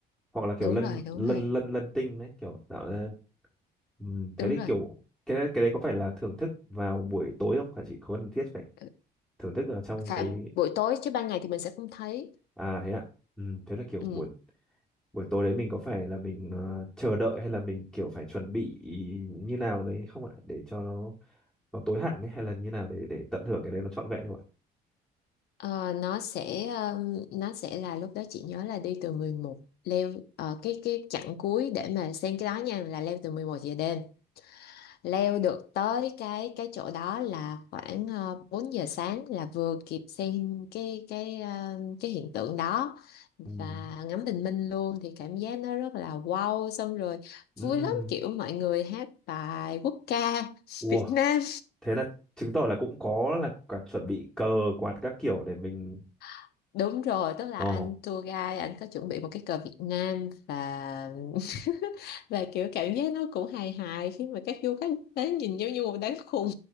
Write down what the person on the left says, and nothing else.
đúng
rồi đúng
rồi
đúng
rồi
Ừ,
phải
buổi tối chứ ban ngày thì mình sẽ không thấy
ừ.
Ờ, nó sẽ um, nó sẽ là lúc đó chị nhớ là đi từ mười một leo ờ, cái cái chặng cuối để mà xem cái đó nha là leo từ mười một giờ đêm leo được tới cái cái chỗ đó là khoảng ờ, 4 giờ sáng là vừa kịp xem cái cái ờ, cái hiện tượng đó và
ngắm bình minh luôn thì cảm giác nó rất là wow xong rồi
vui lắm kiểu mọi người hát bài quốc ca
Việt Nam
<laughs> đúng rồi tức là
anh tour guide anh có chuẩn bị một cái cờ Việt Nam và <laughs> và kiểu cảm giác nó cũng hài hài khi mà các du khách đến nhìn giống như một đám khùng